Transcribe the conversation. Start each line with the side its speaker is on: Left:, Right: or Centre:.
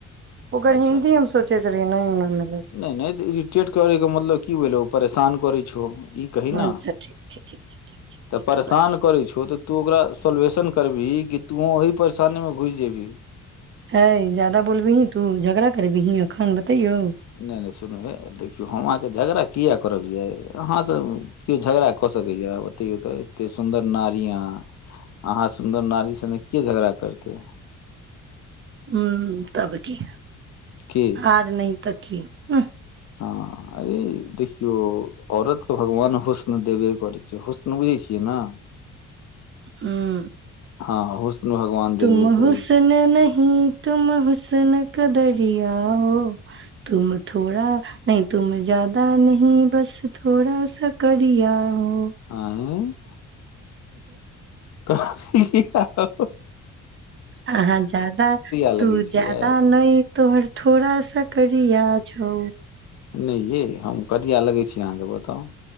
Right: ओकर
Left: अच्छा
Right: हिन्दी हम सोचे नहि मिलल
Left: नहि नहि इरिटेट करै के मतलब की भेलो परेशान करे छौ ई कही न
Right: अच्छा ठीक छै ठीक छै ठीक छै
Left: तऽ
Right: ठीके
Left: परेशान
Right: बा छै
Left: करै छौ तऽ तू ओकरा सोलेशन करबिही कि तूहू ओही परेशानी मे घुसि जेबही
Right: है जादा बोलबिहि तू झगड़ा करबिही तु एखन बतैयौ
Left: नहि नहि सुनू हे देखियौ हम आहाँ के झगड़ा किया करब यै अहाँ सँ केओ झगड़ा कऽ सकैया बतैयौ तऽ केते सुन्दर नारि आहा अहाँ सुन्दर नारी सने किए झगड़ा करते
Right: हू तब की
Left: के
Right: आर नहि त की उह
Left: हँ अरे देखियौ औरत के भगवान हुस्न देबे करै छै हस्न बुझै छियै ने
Right: हँ
Left: हँ हुस्न भगवान
Right: तुम
Left: देबे करै
Right: हुस्न
Left: छै
Right: नही तुम हुस्न दरिया हो तुम थोड़ा नहि तुम जादा न बस थोड़ा सा करिया हो
Left: आँ <unintelligible>
Right: अाँ जादा
Left: लगै
Right: तू
Left: छियै
Right: ज्यादा नहि तोहर थोड़ा सा करिया छौ
Left: नहि येँ हम पटिया लगै छै अहाँके बताउ